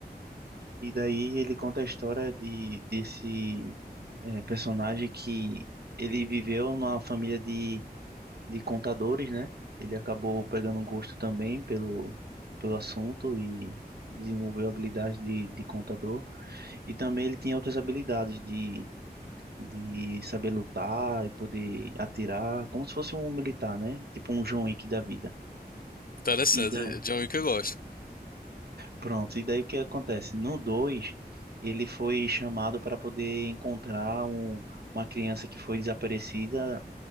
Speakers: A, on the right (about 70°); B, on the left (about 60°).
A: E daí ele conta a história de desse eh, personagem que ele viveu numa família de, de contadores, né? Ele acabou pegando gosto também pelo, pelo assunto e desenvolveu habilidades de, de contador. E também ele tinha outras habilidades de, de saber lutar e poder atirar, como se fosse um militar, né? Tipo um John Wick da vida.
B: Interessante,
A: E daí
B: John Wick eu gosto.
A: Pronto, e daí o que acontece? No 2 ele foi chamado para poder encontrar um- uma criança que foi desaparecida